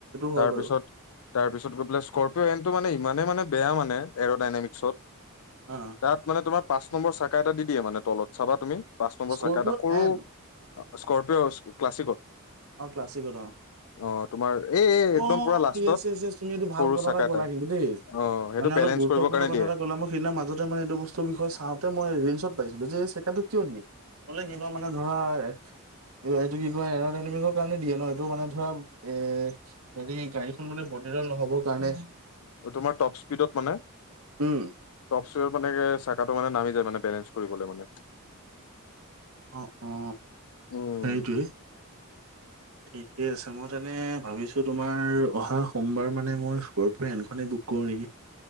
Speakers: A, on the right (about 80°); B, on the left (about 70°).
A: হয়
B: তাৰ
A: বাৰু
B: পিছত তাৰপিছত গৈ পেলাই স্কৰপিঅ এণ্ডটো মানে ইমানেই মানে বেয়া মানে এৰ ডাইনেমিক্সত।
A: অ',
B: তাত মানে তোমাৰ পাঁচ নম্বৰ চাকা এটা দি দিয়ে মানে তলত চাবা তুমি পাঁচ নম্বৰ
A: স্কৰপিঅ'
B: চাকা এটা সৰু,
A: এন
B: স্কৰ্পিঅ' ক্লাছিকত।
A: অ, ক্লাছিকৰ অ,
B: অ তোমাৰ এই এই একদম
A: অ,
B: পুৰা লাষ্টত
A: ইয়েছ-ইয়েছ তুমি এইটো ভাল
B: সৰু
A: কথা
B: চাকা
A: এটা ক'লা কিন্তু দেই।
B: অ সেইটো
A: মান অলপ
B: বেলেঞ্চ
A: গুৰুতপূৰ্ণ
B: কৰিবৰ কাৰণে
A: কথাটা
B: দিয়ে
A: ক'লা সেইদিনা মাজতে মানেটো বস্ত, বিষয়ে চাওঁতে মই ৰিলচত পাইছিলো যে এই চেকাটো কিয় দিয়ে বলে কিবা মানে ধৰা এ, এইটো কি কয় এন ডমিংৰ কাৰণে দিয়ে ন এইটো মানে ধৰা এ, হেৰি গাড়ীখন মানে বলিৰল নহবৰ কাৰণে।
B: তোমাৰ টপ স্পীডত মানে।
A: উম,
B: টপ স্পীডত মানে চাকা টো মানে নামি জাই মানে বেলেজ কৰিব মানে
A: অ, অ,
B: উম
A: সেইটোৱে। ঠিকে আছে মই তেনে ভাবিছোঁ তোমাৰ অহা সোমবাৰ মানে মই সৰুফুৰে পৰা এলটো এনখনেই বুক কৰোঁ নেকি? <inaudible>